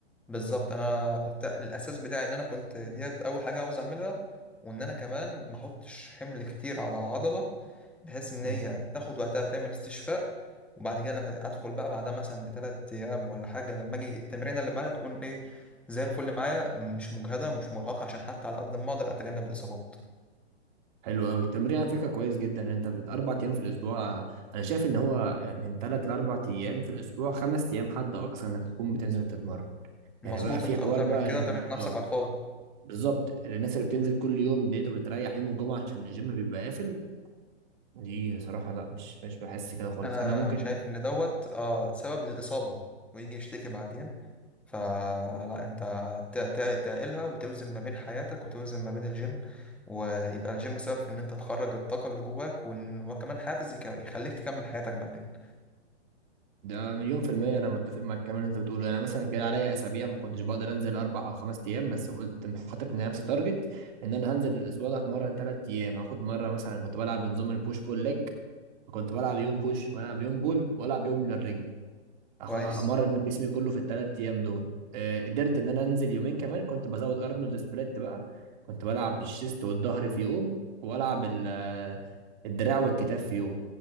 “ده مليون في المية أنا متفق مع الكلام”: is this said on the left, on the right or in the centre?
Right